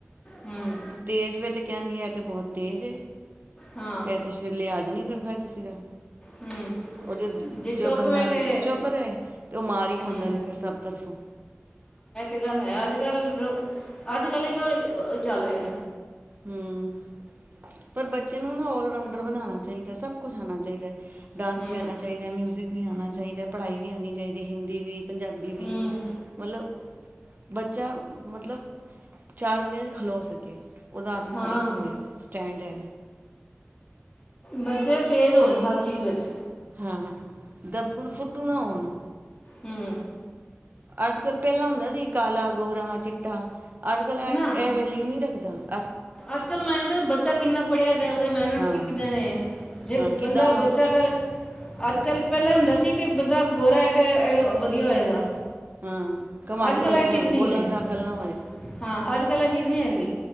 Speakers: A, on the left; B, on the right.
A: ਹੂੰ
B: ਤੇਜ ਵੇ ਤੇ ਵਿਿਆਨ ਗ ਗਿਆਤ ਤੇ ਬਹੁਤ ਤੇਜ਼
A: ਹਾਂ
B: ਇਹ ਤੇ ਲਿਆਜ਼ ਨਹੀਂ ਕਰਦਾ ਕਿਸੇ ਦਾ
A: ਹੂੰ
B: ਉਹ ਜ
A: ਜੇ ਚੁੱਪ
B: ਬੰਦਾ
A: ਵੇ ਤੇ
B: ਚੁੱਪ ਰਿਹਾ ਤੇ ਉਹ ਮਾਰ ਹੀ ਖਾਂਦਾ
A: ਹੂੰ
B: ਰਿਹਾ ਫਿਰ ਸਭ ਤਰਫੋਂ
A: ਅੱਜ ਗੱਲ ਹੈ ਅੱਜ ਕੱਲ ਅੱਜ ਕੱਲ ਉਹ ਚੱਲ ਰਿਹਾ
B: ਹਮ ਪਰ ਬੱਚੇ ਨੂੰ ਨਾ ਆਲਰਾਊਂਡਰ ਬਣਾਉਣਾ ਚਾਹੀਦਾ ਸਭ ਕੁਛ ਆਉਣਾ ਚਾਹੀਦਾ ਡਾਂਸ
A: ਹੂੰ
B: ਵੀ ਆਉਣਾ ਚਾਹੀਦਾ ਮਿਊਜਿਕ ਵੀ ਆਉਣਾ ਚਾਹੀਦਾ ਪੜ੍ਹਾਈ ਵੀ ਆਉਣੀ ਚਾਹੀਦੀ ਹਿੰਦੀ ਵੀ ਪੰਜਾਬੀ ਵੀ
A: ਹੂੰ
B: ਮਤਲਬ ਬੱਚਾ ਮਤਲਬ ਚਾਰ ਬੰਦਿਆ ਚ ' ਖਲੋ ਸਕੇ ਉਹਦਾ ਆਪਣਾ
A: ਹਾਂ
B: ਇੱਕ ਹੋ ਸਟੈਂਡ ਹੈ
A: ਬੱਚੇ ਤੇਜ਼ ਹੋਣ ਹਰ ਚੀਜ਼ ਵਿੱਚ
B: ਹਾਂ ਦੱਬਣ ਫੁਦੂ ਨਾ ਹੋਉਣ
A: ਹਮ
B: ਅੱਜ ਕਲ ਪਹਿਲਾਂ ਹੁੰਦਾ ਸੀ ਕਾਲਾ ਗੋਰਾਾਂ ਚਿੱਟਾ ਅਜ ਕਲ ਇਹ
A: ਨਾ
B: ਵੈਲਿਊ ਨਹੀਂ ਰੱਖਦਾ ਤਾਂ
A: ਅੱਜ ਕੱਲ ਮੈਂ ਬੱਚਾ ਕਿੰਨਾ ਪੜ੍ਹਿਆ ਉਹਦੇ ਮੈਨਰਸ
B: ਹਾਂ
A: ਕਿ ਕਿੰਨੇ ਨੇ ਜੇ
B: ਹਾਂ ਕਿੱਦਾਂ
A: ਬੰਦਾ ਬੱਚਾ ਅ ਕਰ ਅੱਜ ਕੱਲ ਪਹਿਲਾਂ ਹੁੰਦਾ ਸੀ ਕਿ ਬੱਚਾ ਗੋਰਾ ਹੈ ਤੇ ਇਹ ਵਧੀਆ ਹੋਏਗਾ
B: ਹਾਂ ਘੁਮੰਡ
A: ਅੱਜ ਕੱਲ੍ਹ
B: ਹੋਏ
A: ਇਹ
B: ਭਾਵੇਂ
A: ਚੀਜ਼ ਨਹੀਂ
B: ਬੋਲਣ
A: ਹੈ
B: ਦਾ ਅਕਲ ਨਾ ਹੋਏ
A: ਹਾਂ ਅੱਜ ਕੱਲ੍ਹ ਇਹ ਚੀਜ਼ ਨਹੀਂ ਹੈਗੀ